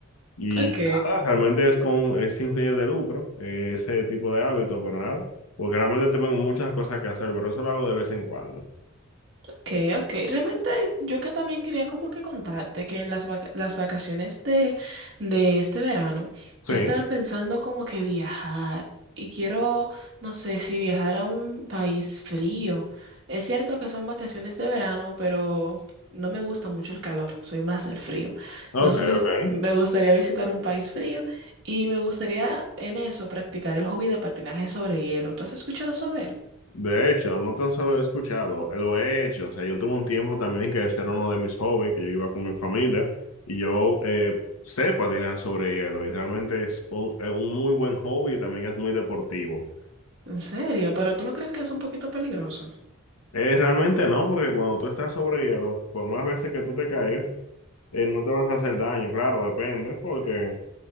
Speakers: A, on the left (about 85°); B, on the right (about 60°).
A: Y
B: Ok.
A: nada, realmente es con, es sin fines de lucro, eh, ese tipo de hábito, pero nada, porque realmente tengo muchas cosas que hacer, pero eso lo hago de vez en cuando.
B: Okay, okay. Realmente yo que también quería como que contarte que en las, vaca- las vacaciones de, de este verano
A: Sí,
B: yo estaba pensando como que viajar y quiero, no sé, si viajar a un país frío. Es cierto que son vacaciones de verano, pero no me gusta mucho el calor, soy más del frío.
A: ok,
B: Entonces me, gu-
A: ok.
B: me gustaría visitar un país frío y me gustaría en eso practicar el hobby de patinaje sobre hielo. ¿Tú has escuchado sobre él?
A: De hecho, no tan solo he escuchado, lo he hecho. O sea, yo tuve un tiempo también que ese era uno de mis hobbies, que yo iba con mi familia y yo eh, sé patinar sobre hielo y realmente es un, es un muy buen hobby y también es muy deportivo.
B: ¿En serio? ¿Pero tú no crees que es un poquito peligroso?
A: Eh, realmente no, porque cuando tú estás sobre hielo, por más veces que tú te caigas, eh, no te vas a hacer daño, claro, depende, porque,